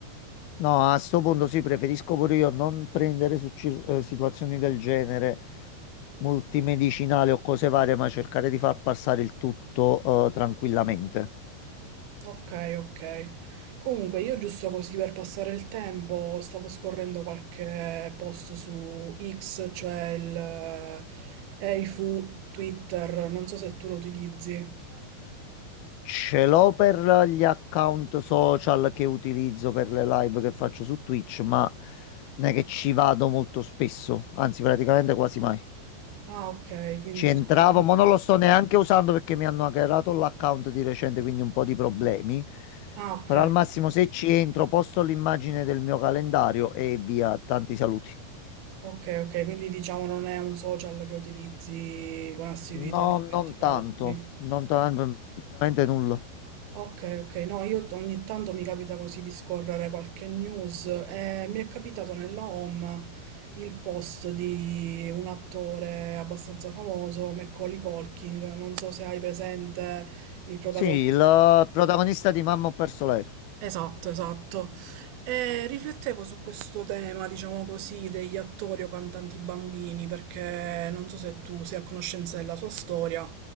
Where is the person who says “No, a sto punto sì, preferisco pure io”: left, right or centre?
Left